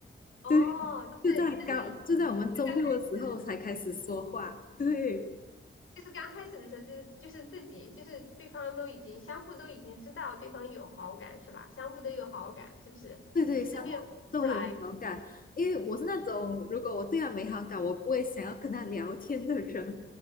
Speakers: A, on the left; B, on the left.
A: 哦，
B: 对，
A: 就是就是
B: 就在高就在我们中六的时候才开始说话，
A: 就刚开始。
B: 对
A: 就是刚开始的时候，就是就是自己，就是对方都已经相互都已经知道对方有好感是吧？相互都有好感是不是？
B: 对对，
A: 只是没有出来，
B: 相互都会有好感，因为我是那种如果我对他没好感，我不会想要跟他聊天的人，